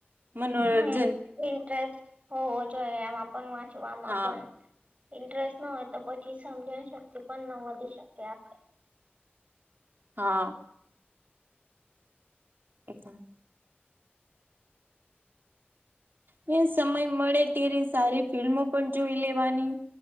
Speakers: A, on the right; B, on the right.
A: મનોરંજ
B: હમ ઇન્ટરેસ્ટ હોવો જોઈ આમાં પણ, વાંચવામાં
A: હા
B: આમાં પણ ઇન્ટરેસ્ટ ન હો તો પછી સમજ શકતી પણ ન વધી શકે આપણે.
A: હા. એ <unintelligible> હા. એ, સમય મળે ત્યારે સારી ફિલ્મો પણ જોઈ લેવાની.